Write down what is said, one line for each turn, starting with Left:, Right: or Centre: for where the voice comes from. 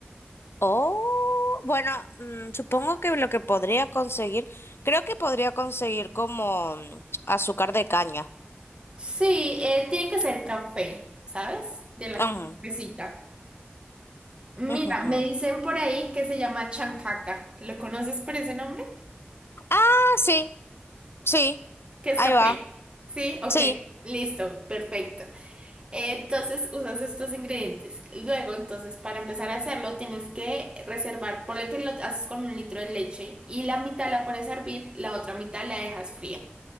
Left: Oh, bueno, mm, supongo que lo que podría conseguir, creo que podría conseguir como mm, azúcar de caña.
Right: Sí, eh, tiene que ser café, ¿sabes? De la
Left: Ujú,
Right: que necesita. Mira,
Left: ujú, ujú.
Right: me dicen por ahí que se llama chancaca. ¿Lo conoces por ese nombre?
Left: Ah, sí, sí,
Right: Que es
Left: ahí
Right: café.
Left: va,
Right: Sí, ok.
Left: sí,
Right: Listo, perfecto. Eh, Entonces usas estos ingredientes. Luego, entonces, para empezar a hacerlo, tienes que reservar, ponle que lo haces con un litro de leche y la mitad la pones a hervir, la otra mitad la dejas fría.